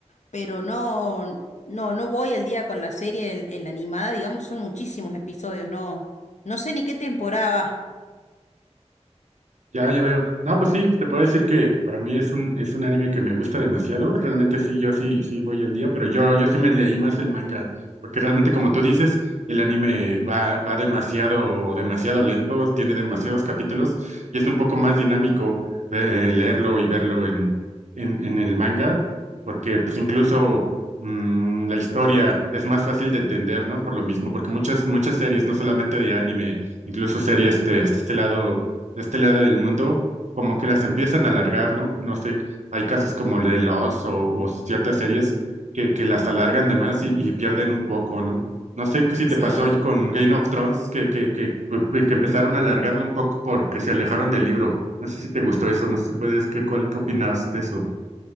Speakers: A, on the left; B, on the right.
A: pero no, no, no voy al día con la serie, en, en la animada, digamos, son muchísimos episodios, no, no sé ni qué temporada va.
B: Ya, ya veo. No, pues sí, te puedo decir que para mí es un, es un anime que me gusta demasiado. Realmente sí, yo sí, sí voy al día, pero yo, yo sí me leí más el manga, porque realmente como tú dices, el anime va, va demasiado, demasiado lento, tiene demasiados capítulos y es un poco más dinámico de eh, leerlo y verlo en, en, en el manga, porque pues incluso mm, la historia es más fácil de entender, ¿no? Por lo mismo, porque muchas, muchas series, no solamente de anime, incluso series de, de este lado de este lado del mundo, como que las empiezan a alargar, ¿no? No sé, hay casos como el de Lost o, o ciertas series que, que las alargan de más y, y pierden un poco, ¿no? No sé qué si
A: Sí,
B: te pasó hoy con Game of Thrones, que, que, que, que que empezaron a alargarla un poco porque se alejaron del libro. No sé si te gustó eso, no sé si puedes, ¿qué, cuál, qué opinas de eso?